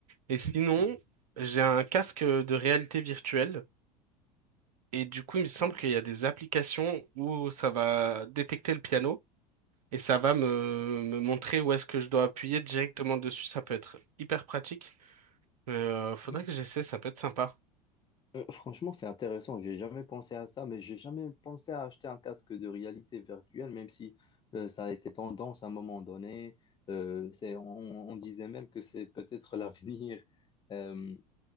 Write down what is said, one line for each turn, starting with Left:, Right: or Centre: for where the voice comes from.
Right: Et sinon,
Left: Hum.
Right: j'ai un casque de réalité virtuelle, et du coup, il me semble
Left: Ah,
Right: qu'il y a des applications où ça va détecter le piano, et ça va me, me montrer où est-ce que je dois appuyer directement dessus, ça peut être hyper pratique. Euh, faudrait
Left: oui.
Right: que j'essaie, ça peut être sympa.
Left: Euh, franchement, c'est intéressant. J'ai jamais pensé à ça, mais j'ai jamais pensé à acheter un casque de réalité virtuelle, même si euh, ça a été tendance à un moment donné. Euh, c'est, on, on disait même que c'est peut-être <laughs> l'avenir. Euh,